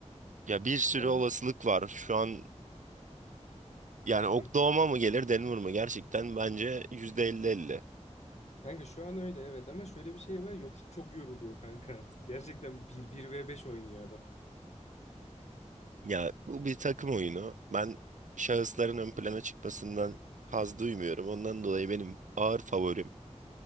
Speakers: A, on the right (about 90°); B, on the left (about 65°).
A: Ya bir sürü
B: Ama,
A: olasılık var. Şu an yani Oklahoma
B: hı.
A: mı gelir Denver mı? Gerçekten bence yüzde elli elli.
B: Kanka şu an öyle evet ama şöyle bir şey var. yok hiç çok yoruluyor kanka artık. Gerçekten bir bir ve beş oynuyor adam.
A: Ya bu bir takım oyunu. Ben şahısların ön plana çıkmasından haz duymuyorum. Ondan dolayı benim ağır favorim.